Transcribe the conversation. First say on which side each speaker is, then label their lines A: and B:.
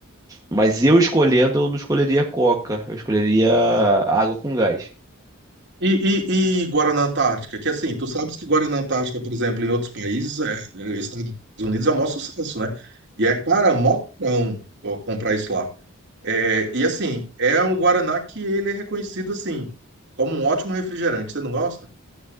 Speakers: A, on the right; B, on the right.
A: Mas eu escolhendo, eu não escolheria Coca. Eu escolheria água com gás.
B: E, e, e Guaraná Antártica, que assim, tu sabes que Guaraná Antártica, por exemplo, em outros países, é, é, Estados Unidos é o maior sucesso, né? E é, cara, mó cão ó, comprar isso lá. É, e assim, é um Guaraná que ele é reconhecido, assim, como um ótimo refrigerante. Você não gosta?